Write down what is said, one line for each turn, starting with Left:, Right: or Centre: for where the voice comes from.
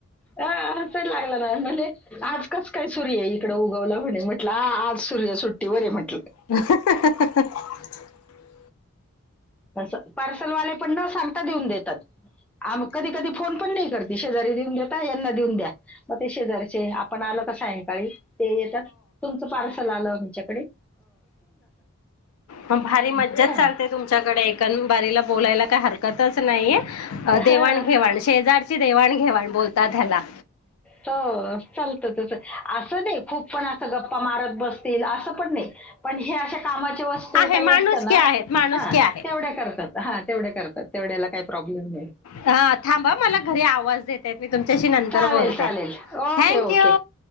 Centre: हसायला लागलं ना... म्हने आज कस काय सूर्य इकडं उगवला म्हणे म्हटलं आज सूर्य सुट्टी बरे म्हट...
Left: <inaudible>
Centre: तं पार्सलवाले पण ना सांगता देऊन देतात... म कधी कधी फोन पण नाही करते शेजारी देऊन दता यांना देऊन द्या मग ते शेजारीचे आपण आला... सायंकाळी ते येतात तुमचं पार्सल आलं आमच्या...
Left: म भारी
Centre: असं
Left: मज्जाच
Centre: काय
Left: चालते तुमच्याकडे एक.. शेजारन बाई बोलायला का हरकतच नाहीये
Centre: हं
Left: देवाण घेवाण शेजारची देवाण घेवाण बोलता झाला.
Centre: त.. चालत तस असं नाही खूप पण असं गप्पा मारत बसतील असं पण नाही पण हे अशा... कामाची वस्तू
Left: आहे
Centre: काही
Left: माणुसकी
Centre: असत ना
Left: आहेत माणुसकी
Centre: हा...
Left: आहे.
Centre: हा तेवढे करतात तेवढ्या याला काही प्रॉब्लेम नाही...
Left: हा थांब मला घरी आवाज देतय मी तुमच्याशी नंतर
Centre: चालेल,
Left: बोलते
Centre: चालेल. Okay,
Left: thank you....
Centre: okay.